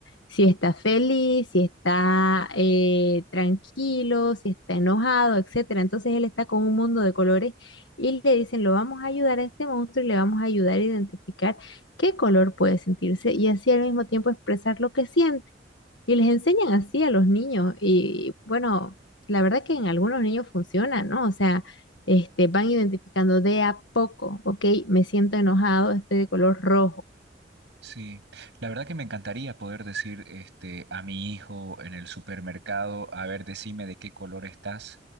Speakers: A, on the left (about 85°); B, on the right (about 70°).
A: si está feliz, si está eh, tranquilo, si está enojado, etcétera. Entonces él está con un mundo de colores y le dicen, lo vamos a ayudar a este monstruo y le vamos a ayudar a identificar qué color puede sentirse y así al mismo tiempo expresar lo que siente. Y les enseñan así a los niños y bueno, la verdad que en algunos niños funciona, ¿no? O sea, este, van identificando de a poco, ok, me siento enojado, estoy de color rojo.
B: Sí, la verdad que me encantaría poder decir este, a mi hijo en el supermercado, a ver, decime de qué color estás,